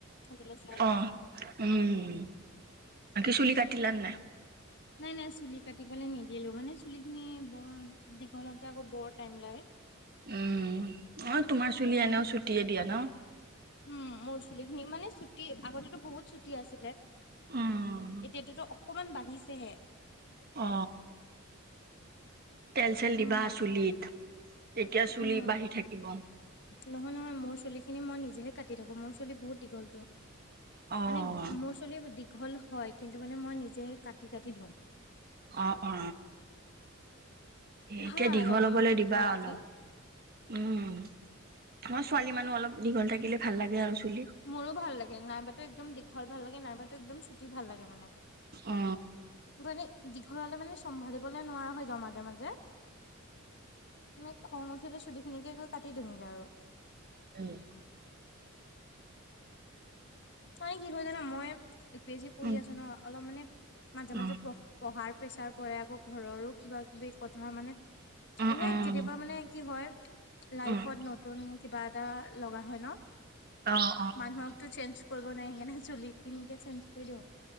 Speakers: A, on the left; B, on the right.
A: সেইটোলৈ চাই।
B: অ উম। চুলি কাটিলা নাই।
A: নাই নাই চুলি কাটিবলৈ নিদিলো, মানে চুলি খিনি বৰ দীঘলতে আকৌ বৰ টাইম লাগে
B: উম অ তোমাৰ চুলি এনেও ছুটিয়ে দিয়া ন
A: উম মোৰ চুলি খিনি মানে চুটি আগতেতো বহুত ছুটি আছিলে।
B: উম,
A: এতিয়াতো অকমান বাঢ়িছেহে।
B: অ। তেল চেল
A: উম,
B: দিবা চুলিত। তেতিয়া চুলি
A: উম
B: বাঢ়ি থাকিব।
A: নহয় নহয় মোৰ চুলি খিনি মই নিজেহে। কাটি থাকো মোৰ চুলি বহুত দীঘলটো
B: অ',
A: মানে মোৰ চুলি। দীঘল হয় কিন্তু মানে মই নিজে কাটি কাটি দিওঁ।
B: অ অ।
A: ভাল
B: এতিয়া
A: নালাগে
B: দীঘল
A: মানে
B: ল'বলৈ
A: মোৰ চুলি
B: দিবা
A: সোপা ৰাখি।
B: অলপ উম। অও ছোৱালী মানুহ অলপ দীঘল থাকিলে ভাল লাগে আৰু। চুলি।
A: মোৰো ভাল লাগে নাইবাতো একদম দীঘল ভাল লাগে নাইবাতো একদম চুটি ভাল লাগে মানে।
B: অ।
A: এনে দীঘলহলে মানে চম্ভালিবলে নোৱাৰা হৈ যাও মাজে মাজে। মানে খং উঠিলে চুলি খিনিকে গৈ কাটি দিমগে আৰু।
B: উম।
A: মে কি হয় জান মই ইউ পি এছ চি পঢ়ি
B: উম,
A: আছো ন অলপ মানে। মাজে
B: উম,
A: মাজে পঢ়া পঢ়াৰ প্ৰেছাৰ পৰাৰে আকৌ ঘৰৰো কিবা কিবি। কথা মানে
B: উম,
A: এনে
B: উম,
A: কেতিয়াবা মানে কি হয়। লাইফত
B: উম,
A: নতুন কিবা এটা লগা হয় ন।
B: অ',
A: মানুহকতো চেঞ্জ কৰিব নোৱাৰ সে চুলি কিনকে চেঞ্জ কৰি দিওঁ।